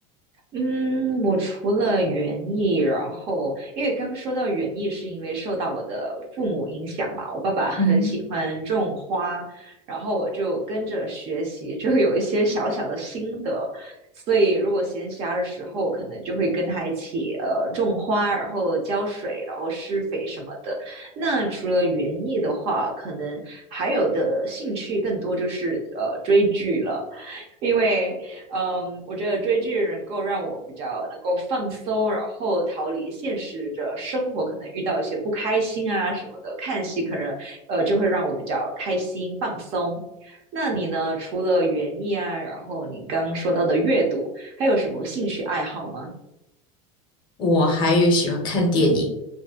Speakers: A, on the right; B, on the left.
A: 嗯，我除了园艺，然后因为刚说到园艺，是因为受到我的父母影响嘛，我爸爸很喜欢种花，
B: 嗯。
A: 然后我就跟着学习，就有一些小小的心得，所以如果闲暇的时候，可能就会跟他一起呃种花，然后浇水，然后施肥什么的。那除了园艺的话，可能还有的兴趣更多就是呃追剧了。因为，嗯，我觉得追剧能够让我比较能够放松，然后逃离现实的生活，可能遇到一些不开心啊什么的，看戏可能呃就会让我比较开心放松。那你呢？除了园艺啊，然后你刚说到的阅读，还有什么兴趣爱好吗？
B: 我还有喜欢看电影，